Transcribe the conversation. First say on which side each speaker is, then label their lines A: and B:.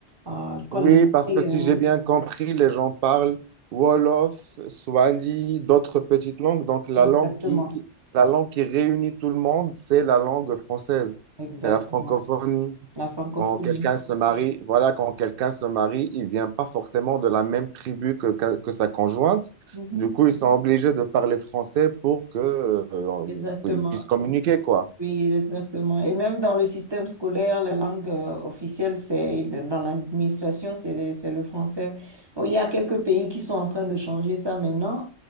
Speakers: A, on the right; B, on the right.
A: euh, je crois,
B: Oui,
A: les
B: parce
A: Nigériens.
B: que si j'ai bien compris, les gens parlent Wolof, Swahili, d'autres petites langues. Donc, la
A: Exactement,
B: langue qui, qui- la langue qui réunit tout le monde, c'est la langue française.
A: exactement.
B: C'est la francophonie.
A: La francophonie.
B: Quand quelqu'un se marie, voilà, quand quelqu'un se marie, il vient pas forcément de la même tribu que, que, que sa conjointe.
A: Mhm.
B: Du coup, ils sont obligés de parler français pour que, euh,
A: Exactement,
B: pour qu'ils puissent communiquer, quoi.
A: oui, exactement. Et même dans le système scolaire, la langue euh, officielle, c'est dans l'administration, c'est le, c'est le français. Bon, il y a quelques pays qui sont en train de changer ça maintenant